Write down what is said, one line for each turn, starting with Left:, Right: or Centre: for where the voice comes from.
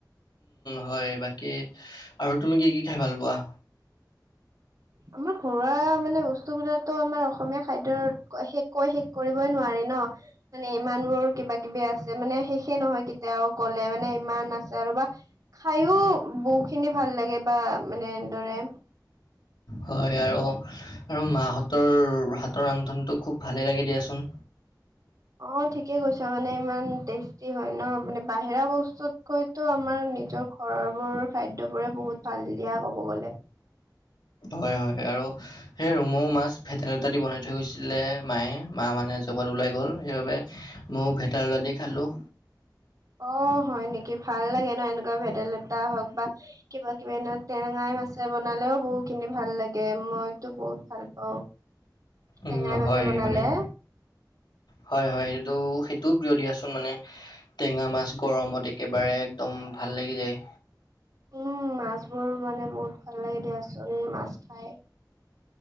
Left: হয় বাকী আৰু তুমি কি কি খাই ভাল পোৱা?
Right: আমাৰ ঘৰুৱা মানে বস্তুবলাকো আমাৰ অসমীয়া খাদ্য শেষ কৈ শেষ কৰিবই নোৱাৰি ন। মানে ইমান বোৰ কিবা কিবি আছে মানে শেষে নহয় কেতিয়াও কল, মানে ইমান আছে আৰু বা। খাইও বহু খিনি ভাল লাগে বা মানে এনেদৰে।
Left: হয় আৰু আৰু মাহঁতৰ হাতৰ ৰান্ধনতটো খুব ভালে লাগে দিয়াচোন।
Right: অ, ঠিকে কৈছা মানে ইমান টেষ্টি হয় ন। মানে বাহিৰা বস্তুত হয়তো আমাৰ নিজৰ ঘৰবোৰ খাদ্যবোৰে বহুত ভাল দিয়া ক'ব গ'লে।
Left: হয়-হয় আৰু। সেই ৰৰুমৌ মাছ ভেটেন এটা দি বনাই থৈ গৈছিলে মায়ে মা মানে জপাত ওলাই গল সেইবাবে। ময়ো ভেতাৰলদি খালোঁ।
Right: অ হয় নেকি ভাল লাগে ন এনেকুৱা ভেদাইলতা হওক বা, কিবা কিবি এনে টেঙাই মাছে বনালেও বহুত খিনি ভাল লাগে মইতো বহুত ভাল পাওঁ।
Left: উম,
Right: টেঙাই মাছে
Left: হয়
Right: বনালে
Left: মানে হয়-হয়, সেইটো-সেইটো কিয় দিয়াচোন মানে, টেঙা মাছ গৰমত একেবাৰে একদম ভাল লাগি যায়।
Right: উম, মাছবোৰ মানে বহুত ভাল লাগে দিয়াচোন মাছ খাই।